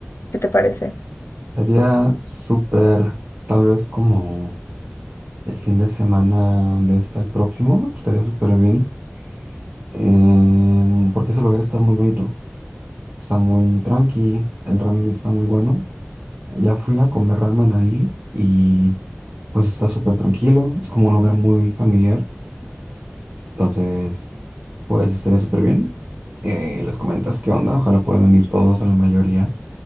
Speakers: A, on the left; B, on the right.
A: ¿Qué te parece?
B: Estaría súper, tal vez como el fin de semana de este al próximo, estaría súper bien. em, porque ese lugar está muy bonito, está muy tranqui, el ramen está muy bueno. Ya fui a comer ramen ahí y pues está súper tranquilo, es como un lugar muy familiar. Entonces... Pues estaría súper bien. Eh, les comentas qué onda. Ojalá puedan ir todos o la mayoría